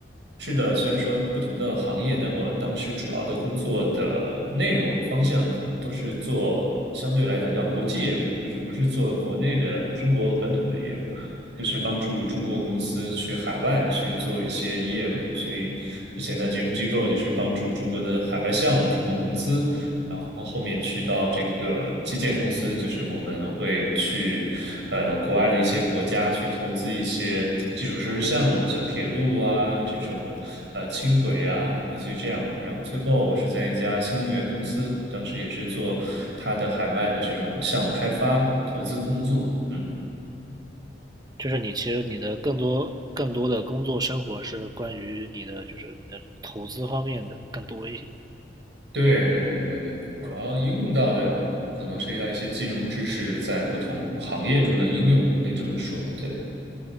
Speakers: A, on the right; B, on the right.
A: 是的，虽然说不同的行业，但我当时主要的工作的内容方向都是做相对来讲叫国际业务，就是不是做国内的中国本土的业务，就是帮助中国公司去海外去做一些业务。所以之前在金融机构就是帮助中国的海外项目提供融资。然后。然后后面去到这个基建公司，就是我们会去，呃，国外的一些国家去投资一些基础设施项目，像铁路啊这种，呃，轻轨啊，类似于这样的。然后最后我是在一家新能源公司，当时也是做它的海外的这种项目开发投资工作。嗯，
B: 就是你其实你的更多更多的工作生活是关于你的就是你的投资方面的更多一些
A: 对对对对对，
B: 啊，
A: 主要应用到的可能涉及到一些金融知识在不同行业中的应用，可以这么说，对。